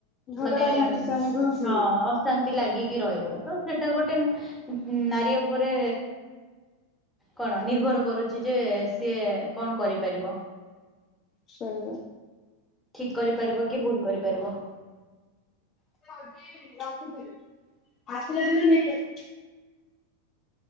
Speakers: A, on the left; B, in the centre.
A: ଝଗଡା
B: ମାନେ
A: ଝାଣ୍ଟି
B: ଅ
A: ଚାହିଁବୁ ହୁଁ
B: ଶାନ୍ତି ଲାଗିକି ରହିବ ତ ସେଟା ଗୋଟେ ନାରୀ ଉପରେ କଣ ନିର୍ଭର କରୁଚି ଯେ ସିଏ କଣ କରିପାରିବ।
A: ସେଇଆ।
B: ଠିକ୍ କରିପାରିବ କି ଭୁଲ କରିପାରିବ।
A: ଆସିଲା ଦିନ ନେଇକି ଆସିବି।